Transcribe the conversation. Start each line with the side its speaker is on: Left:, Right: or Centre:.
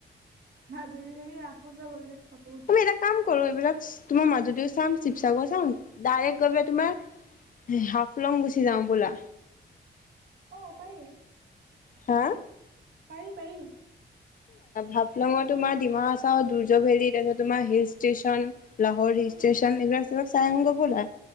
Right: মাজুলী তুমি ৰাখো ছাৱল যাম ফ-
Left: আমি এটা কাম কৰো এইবিলাক তোমাৰ মাজুলীও চাম, চিৱসাগৰো চাম ডাইৰেক্ গৈ পেলাই তোমাৰ হাফলং গুচি যাওঁ ব'লা।
Right: অ' পাৰি।
Left: হা?
Right: পাৰি পাৰি।
Left: হাফলঙৰ তোমাৰ ডিমা-হাছাও দুৰ্য ভেলী তাৰছত তোমাৰ হিল ষ্টেচন লাহৰ হিষ্টেচন
Right: উম
Left: এইিলাক চব চাই আহু গৈ বলা।